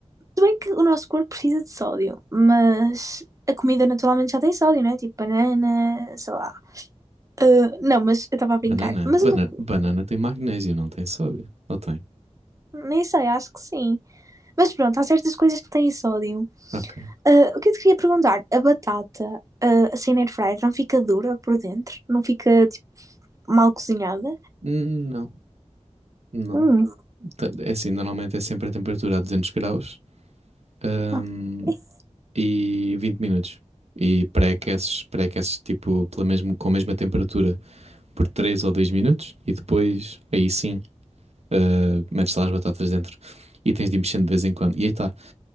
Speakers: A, on the right; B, on the right.
A: Se bem que o nosso corpo precisa de sódio, mas a comida naturalmente já tem sódio, não é? Tipo banana, sei lá. Ah, não, mas eu estava a brincar.
B: Banana,
A: Mas
B: banana,
A: uma-
B: banana tem magnésio, não tem sódio? Ou tem?
A: nem sei, acho que sim. Mas pronto, há certas coisas que têm sódio.
B: Ok.
A: Ah, o que eu te queria perguntar? A batata, ah, assim na air fryer, não fica dura por dentro? Não fica, tipo, mal cozinhada?
B: Hum, Não, não.
A: Hum,
B: Ta- É assim, normalmente é sempre a temperatura a 200 graus, hum,
A: ok.
B: e 20 minutos. E pré-aqueces, pré-aqueces tipo pela mesmo, com a mesma temperatura por três ou dois minutos e depois aí sim ah, metes lá as batatas dentro e tens de ir mexendo de vez em quando. E aí está.